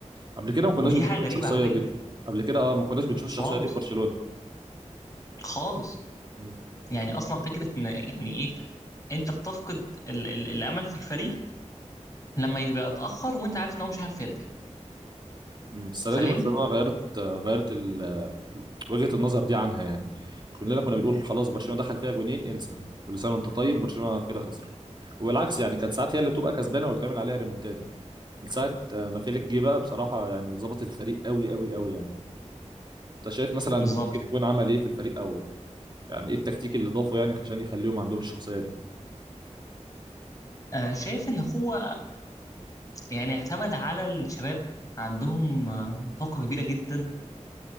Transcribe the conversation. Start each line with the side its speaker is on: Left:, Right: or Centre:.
Right: قبل كده ما كناش
Left: ودي
Right: بنشوف
Left: حاجه
Right: الشخصية
Left: غريبه على فكره
Right: دي قبل كده أه ما كناش بنشوف الشخصية
Left: خالص
Right: دي في برشلونة
Left: خالص
Right: مم.
Left: يعني اصلا فكره ان يعني ايه انت بتفقد ال ال الامل في الفريق لما يبقى اتاخر وانت عارف ان هو مش هيعرف يرجع
Right: مم. السنه
Left: فاهم
Right: دي برشلونه غيرت غيرت ال- وجهه النظر دي عنها يعني كلنا كنا بنقول خلاص برشلونه دخل فيها جونين انسى كل سنه وانت طيب برشلونه كده خسرت وبالعكس يعني كانت ساعات هي اللي بتبقى كسبانه وبتعمل عليها ريمونتادا من ساعه آه، ما فيليك جه بقى بصراحه يعني ظبط الفريق قوي قوي قوي يعني انت شايف مثلا
Left: بالظبط
Right: ممكن يكون عمل ايه في الفريق او يعني ايه التكتيك اللي ضافه يعني عشان يخليهم عندهم الشخصيه دي
Left: آه، شايف ان هو يعني اعتمد على الشباب عندهم آه، طاقه كبيره جدا